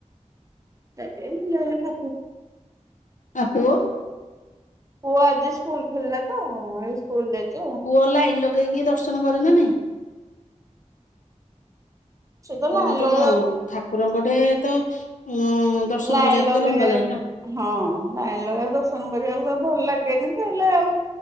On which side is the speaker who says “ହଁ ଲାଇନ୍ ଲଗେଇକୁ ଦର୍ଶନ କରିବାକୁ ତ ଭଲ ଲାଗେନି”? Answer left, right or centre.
Right